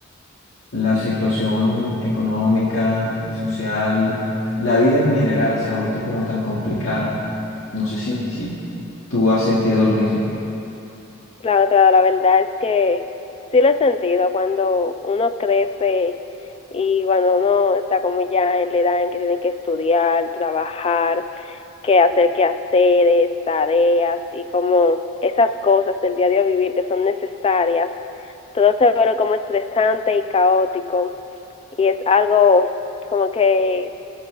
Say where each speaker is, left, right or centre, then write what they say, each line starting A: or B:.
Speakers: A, on the left; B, on the left.
A: la situación económica, social, la vida en general se ha vuelto como tan complicada. No sé si, si tú has sentido lo mismo.
B: Claro, claro, la verdad es que sí lo he sentido cuando uno crece y cuando uno está como ya en la edad en que tiene que estudiar, trabajar, que hacer quehaceres, tareas y como esas cosas del diario vivir que son necesarias, todo se vuelve como estresante y caótico y es algo como que